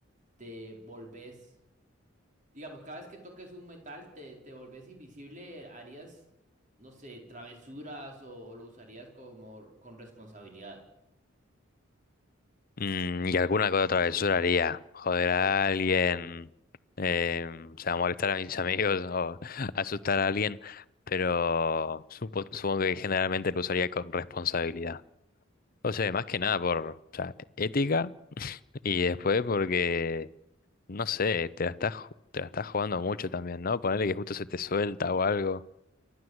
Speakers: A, on the right; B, on the left.
A: te volvés Digamos, cada vez que toques un metal, te, te volvés invisible, harías, no sé, travesuras o lo usarías como con responsabilidad.
B: Mm, y alguna que otra travesura haría. Joder a alguien, em, o sea, molestar a mis amigos o <laughs> asustar a alguien. Pero supo- supongo que generalmente lo usaría con responsabilidad. O sea, más que nada por, o sea, ética y después porque, no sé, te la estás, ju- te la estás jugando mucho también, ¿no? Ponerle que justo se te suelta o algo,